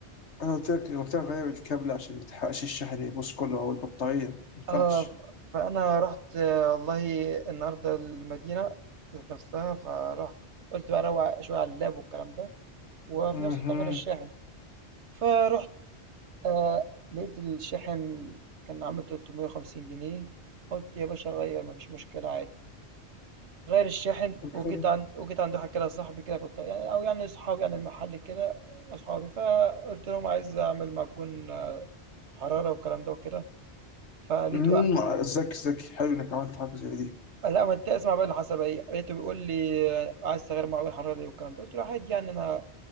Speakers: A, on the left (about 85°); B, on the right (about 85°).
A: انا قلت لك قلت لك غير الكابل عشان ما تحرقش الشحن يبص كله او البطاريه ما ينفعش
B: اه ف- فانا رحت آه، والله النهارده المدينه ذات نفسها فرحت قلت بقى اروق شويه على اللاب والكلام ده وفي
A: اها
B: نفس الوقت اغير الشاحن فرحت آه لقيت الشاحن كان عامل 350 جنيه قلت يا باشا غير مفيش مشكلة عادي غير الشاحن
A: طب
B: وجيت
A: حلو
B: عند وجيت عند واحد كده صاحبي كده كنت يعني أو يعني صحابي يعني المحل كده أصحابي فقلت لهم عايز أعمل معجون حرارة والكلام ده وكده فلقيته
A: امم
B: قا-
A: ذكي ذكي حلو انك عملت حاجه زي دي
B: لا ما انت اسمع بقى اللي حصل بقى ايه لقيته بيقول لي عايز تغير معجون حرارة ليه والكلام ده قلت له عادي يعني أنا